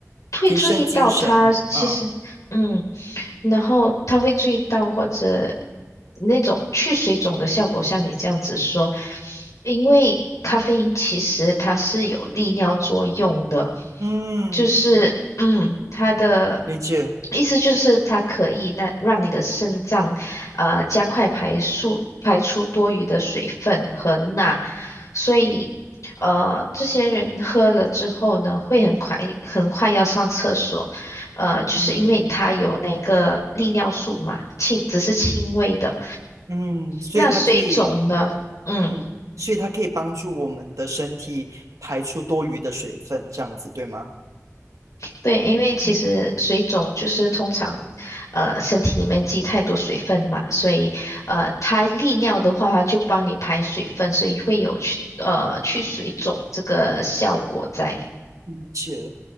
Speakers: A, on the left; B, on the right.
A: 会注意到它其实。
B: 提升精神，嗯。
A: 嗯，然后他会注意到或者那种去水肿的效果，像你这样子说，因为咖啡因其实它是有利尿作用的，
B: 嗯，
A: 就是嗯，它的
B: 理解，
A: 意思就是它可以那让你的肾脏呃加快排出排出多余的水分和钠，所以。呃，这些人喝了之后呢，会很快很快要上厕所，呃，
B: 嗯嗯
A: 就是因为它有那个利尿素嘛，轻，只是轻微的。
B: 嗯，嗯，所以它可以，
A: 那水肿呢？嗯，
B: 嗯，所以它可以帮助我们的身体排出多余的水分，这样子对吗？
A: 对，因为其实水肿就是通常，
B: 嗯，
A: 呃，身体里面积太多水分嘛，所以呃，它利尿的话，它就帮你排水分，所以会有去呃去水肿这个效果在。
B: 理解。